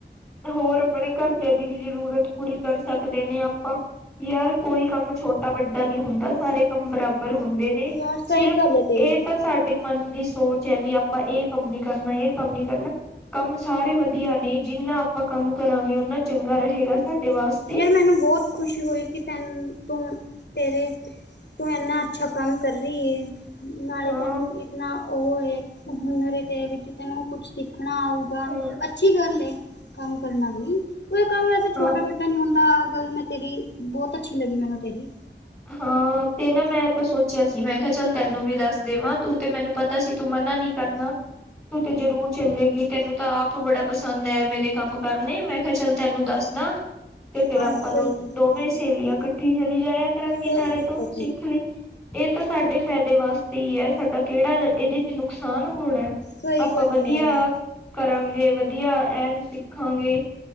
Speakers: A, in the centre; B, on the left.
A: ਤੇ ਹੋਰ ਆਪਣੇ ਘਰਦੇਆਂ ਦੀ ਵੀ ਜ਼ਰੂਰਤ ਪੂਰੀ ਕਰ ਸਕਦੇ ਨੇਂ ਆਪਾਂ। ਯਾਰ ਕੋਈ ਕੰਮ ਛੋਟਾ-ਵੱਡਾ ਨੀਂ ਹੁੰਦਾ, ਸਾਰੇ ਕੰਮ ਬਰਾਬਰ ਹੁੰਦੇ ਨੇ,
B: ਯਾਰ
A: ਸਿਰਫ਼
B: ਸਹੀ ਗੱਲ ਹੈ ਤੇਰੀ
A: ਇਹ ਤਾਂ ਸਾਡੇ ਮਨ ਦੀ ਸੋਚ ਸੋਚ ਐ, ਵੀ ਆਪਾਂ ਇਹ ਕੰਮ ਨੀਂ ਕਰਨਾ, ਇਹ ਕੰਮ ਨੀਂ ਕਰਨਾ, ਕੰਮ ਸਾਰੇ ਵਧੀਆ ਨੇਂ ਜਿੰਨਾ ਆਪਾਂ ਕੰਮ ਕਰਾਂਗੇ ਉਹਨਾਂ ਚੰਗਾ ਰਹੇਗਾ ਸਾਡੇ ਵਾਸਤੇ।
B: ਯਾਰ ਮੈਨੂੰ ਬਹੁਤ ਖੁਸ਼ੀ ਹੋਈ ਕਿ ਤੈਨੂੰ ਤੂੰ ਤੇਰੇ ਤੂੰ ਇੰਨਾ ਅੱਛਾ ਕੰਮ ਕਰ ਰਹੀ ਏ। ਨਾਲੇ
A: ਹਾਂ
B: ਤੈਨੂੰ ਇਤਨਾ ਉਹ ਏ ਹੁਨਰ ਏ ਤੇਰੇ ਵਿੱਚ। ਤੈਨੂੰ ਕੁਛ ਸਿੱਖਣਾ ਆਊਗਾ,
A: ਹਾਂ
B: ਅੱਛੀ ਗੱਲ ਏ ਕੰਮ ਕਰਨਾ ਵੀ। ਕੋਈ ਕੰਮ ਵੈਸੇ
A: ਹਾਂ
B: ਛੋਟਾ-ਵੱਡਾ ਡਾ ਨੀਂ ਹੁੰਦਾ ਆਹ ਗੱਲ ਮੈਂ ਤੇਰੀ, ਬਹੁਤ ਅੱਛੀ ਲੱਗੀ ਮੈਨੂੰ ਤੇਰੀ।
A: ਹਾਂ, ਤੇ ਨਾਂ ਮੈਂ ਤਾਂ ਸੋਚਿਆ ਸੀ ਮੈਂ ਕਿਹਾ ਚੱਲ ਤੈਨੂੰ ਵੀ ਦੱਸ ਦੇਵਾਂ ਤੂੰ ਤੇ ਮੈਨੂੰ ਪਤਾ ਸੀ ਤੂੰ ਮਨਾ ਨੀਂ ਕਰਨਾ। ਤੂੰ ਤੇ ਜਰੂਰ ਚੱਲੇਗੀ, ਤੈਨੂੰ ਤਾਂ ਆਪ ਬੜਾ ਪਸੰਦ ਐ ਮੇਰੇ ਕੰਮ ਕਰਨੇ, ਮੈਂ ਕਿਹਾ ਚੱਲ ਤੈਨੂੰ ਦੱਸਦਾ। ਤੇ ਫੇਰ
B: ਹਾਂ
A: ਆਪਾਂ
B: ਸਹੀ
A: ਦੋ-ਦੋਵੇਂ
B: ਕੀ
A: ਸਹੇਲੀਆਂ
B: ਹਾਂ
A: ਇਕੱਠੀ ਚਲੀ ਜਾਇਆ ਕਰਾਂਗੇ,
B: ਸਹੀ
A: ਨਾਲੇ
B: ਕੀਤਾ
A: ਤੂੰ ਵੀ ਸਿੱਖ ਲੀ, ਇਹ ਤਾਂ ਸਾਡੇ ਫਾਇਦੇ ਵਾਸਤੇ ਈ ਐ, ਸਾਡਾ ਕਿਹੜਾ ਇਹਦੇ ਚ' ਨੁਕਸਾਨ ਹੋਣਾ।
B: ਸਹੀ
A: ਆਪਾਂ
B: ਗੱਲ
A: ਵਧੀਆ
B: ਏ ਯਾਰ
A: ਕਰਾਂਗੇ, ਵਧੀਆ ਐਨ ਸਿੱਖਾਂਗੇ,